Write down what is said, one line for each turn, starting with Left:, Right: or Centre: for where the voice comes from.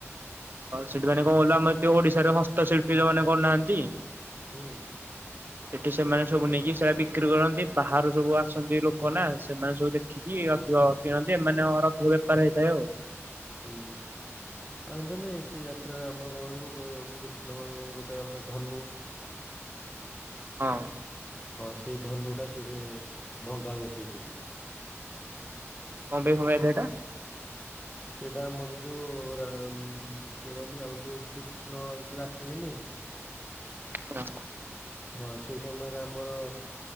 Right: ସେଠି ମାନେ କଣ କଇଲୁ ଆମର ଓଡିଶାରେ ହସ୍ତଶିଳ୍ପୀ ଯୋମାନେ କହୁନାହାନ୍ତି
Left: ହୁଁ।
Right: ସେଠି ସେମାନେ ସବୁ ନେଇକି ସେଇଟା ବିକ୍ରି କରନ୍ତି। ବାହାରୁ ସବୁ ଆସନ୍ତି ଲୋକ ନା ସେମାନେ ସବୁ ଦେଖିକି ଟିକେ ଅଧିକ କିଣନ୍ତି। ଏମାନଙ୍କର ଅଧିକ ବେପାର ହେଇଥାଏ ଆଉ।
Left: ହୁଁ। ଆଉ ଜାଣିନ, ସେଇ ଯାତ୍ରାରେ ଆମର କଣ ହେଇଛି। ଗୋଟେ କୃଷ୍ଣଙ୍କର, ଗୋଟେ ଆମ ଧନୁ <unintelligible>
Right: ହଁ।
Left: ହଁ, ସେଇ ଧନୁଟା ସେ ସେ ଭଙ୍ଗା ହୁଏ ସେଇଠି।
Right: କଣ ପାଇଁ ଭଙ୍ଗା ହେଇଥିଏ ହେଇଟା?
Left: ସେଇଟା ଆମର ଯୋଉ ରାମ କିଏ କହିଲୁ ଆମର ଯୋଉ କୃଷ୍ଣ ଯେତେବେଳେ ଆସିବେନି
Right: ହଁ।
Left: ହଁ, ସେଇ ସମୟରେ ଆମର